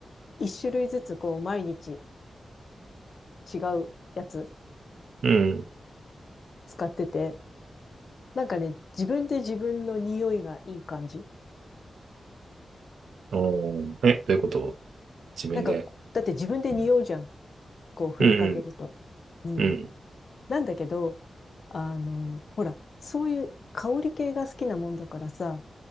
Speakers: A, on the left; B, on the right.
A: 1種類ずつこう毎日違うやつ
B: うん。
A: 使ってて、なんかね、自分で自分の匂いがいい感じ。
B: おーえ、どういうこと自分で。
A: なんか、だって自分で匂うじゃん。
B: うん、
A: こう振りかけると。
B: うん、
A: うん。
B: うん、
A: なんだけど、あの、ほら、そういう香り系が好きなもんだからさ、